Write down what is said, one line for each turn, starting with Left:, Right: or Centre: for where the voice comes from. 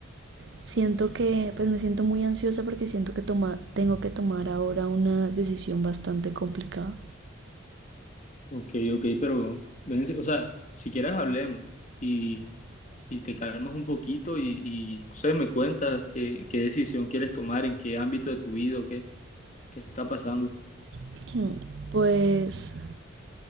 Right: siento que, pues me siento muy ansiosa porque siento que toma, tengo que tomar ahora una decisión bastante complicada.
Left: Ok, ok, pero, ven, o sea, si quieres hablemos y, y te calmas un poquito y, y, no sé, me cuentas qué, qué decisión quieres tomar, en qué ámbito de tu vida o qué, qué está pasando.
Right: <clears throat> Pues